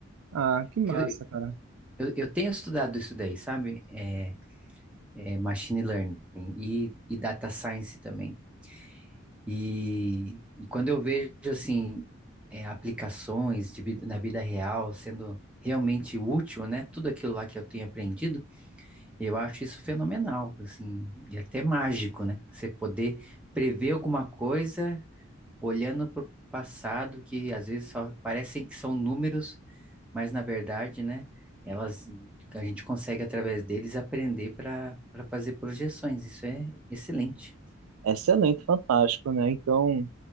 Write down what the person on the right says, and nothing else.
Ah, que massa,
cara.
Excelente, fantástico, né? Então.